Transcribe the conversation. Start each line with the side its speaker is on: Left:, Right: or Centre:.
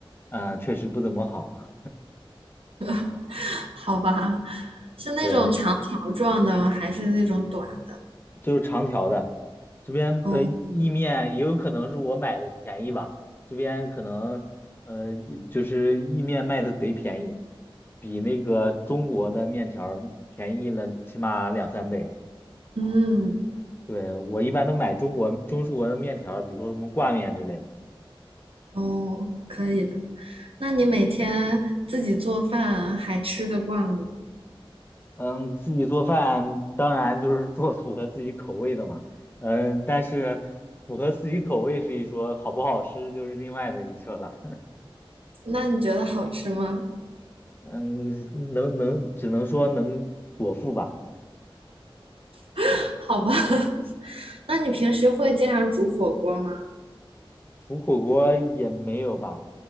Left: 嗯，确实不怎么好。
Right: <laughs> 好吧？是那种长条状的，
Left: 对，
Right: 还是那种短的？
Left: 就是长条的，这边的意面也有可能是我买的便宜吧，
Right: 哦，
Left: 这边可能，呃，就就是意面卖的贼便宜，比那个中国的面条儿便宜了起码两三倍。
Right: 嗯，
Left: 对，我一般都买中国中式国的面条儿比如说什么挂面之类的。
Right: 哦，可以的。那你每天自己做饭还吃得惯吗？
Left: 嗯，自己做饭当然就是做符合自己口味的嘛。嗯，但是符合自己口味是一说，好不好吃就是另外的一说了。<laughs>
Right: 那你觉得好吃吗？
Left: 嗯，能能只能说能果腹吧，
Right: <laughs> 好吧，<laughs> 那你平时会经常煮火锅吗？
Left: 煮火锅也没有吧。